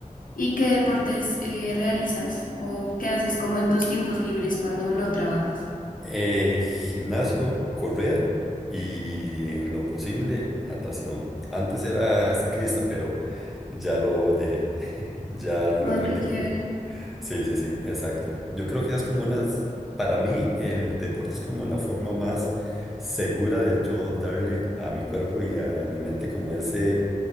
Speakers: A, on the left; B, in the centre.
A: ¿Y qué deportes eh, realizas o qué haces como en tus tiempos libres cuando no trabajas?
B: Eh, gimnasio, correr y en lo posible natación. Antes era ciclista, pero ya lo dejé. <laughs> Ya no
A: Ay,
B: lo practico.
A: qué chévere.
B: Sí, sí, sí, exacto. Yo creo que esas como unas, para mí el deporte es como la forma más segura de yo darle a mi cuerpo y a mi mente como ese,